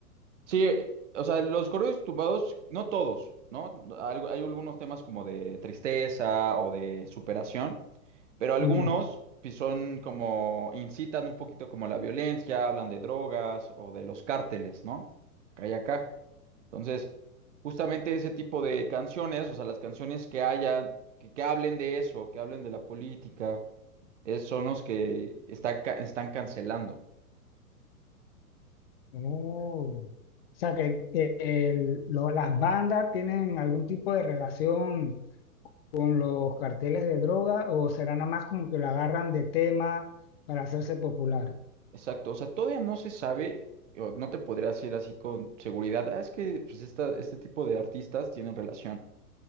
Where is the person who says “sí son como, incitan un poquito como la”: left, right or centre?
Right